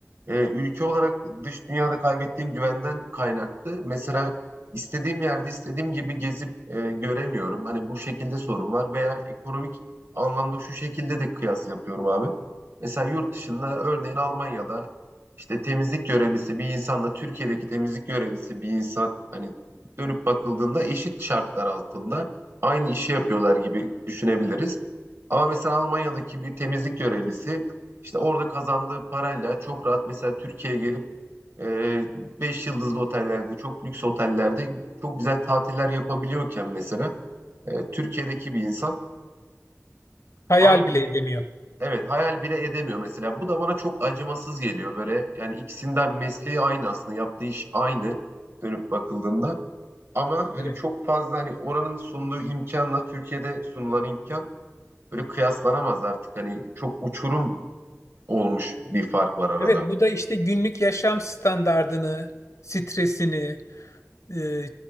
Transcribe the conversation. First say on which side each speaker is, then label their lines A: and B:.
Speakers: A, on the right; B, on the left.
A: e, ülke olarak dış dünyada kaybettiğim güvenden kaynaklı. Mesela istediğim yerde istediğim gibi gezip e, göremiyorum. Hani bu şekilde sorun var veya ekonomik anlamda şu şekilde de kıyas yapıyorum abi. Mesela yurt dışında örneğin Almanya'da işte temizlik görevlisi bir insanla Türkiye'deki temizlik görevlisi bir insan hani dönüp bakıldığında eşit şartlar altında aynı işi yapıyorlar gibi düşünebiliriz. Ama mesela Almanya'daki bir temizlik görevlisi işte orada kazandığı parayla çok rahat mesela Türkiye'ye gelip e, beş yıldızlı otellerde, çok lüks otellerde çok güzel tatiller yapabiliyorken mesela e, Türkiye'deki bir insan
B: Hayal
A: aynı
B: bile edemiyor.
A: evet hayal bile edemiyor mesela. Bu da bana çok acımasız geliyor böyle. Yani ikisinden mesleği aynı aslında, yaptığı iş aynı dönüp bakıldığında. Ama hani
B: Evet.
A: çok fazla hani oranın sunduğu imkanla Türkiye'de sunulan imkan böyle kıyaslanamaz artık. Hani çok uçurum olmuş bir fark var arada.
B: Evet bu da işte günlük yaşam standardını, stresini, e,